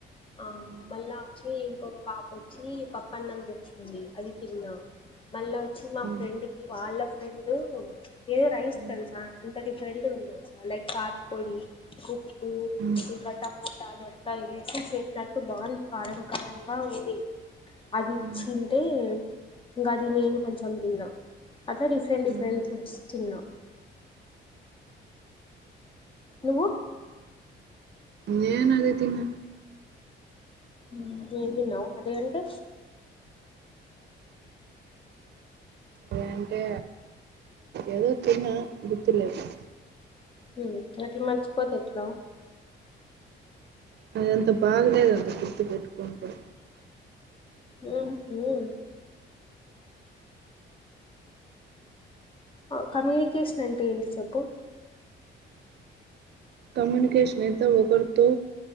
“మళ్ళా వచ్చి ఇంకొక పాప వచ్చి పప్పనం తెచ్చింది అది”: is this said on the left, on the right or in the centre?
Left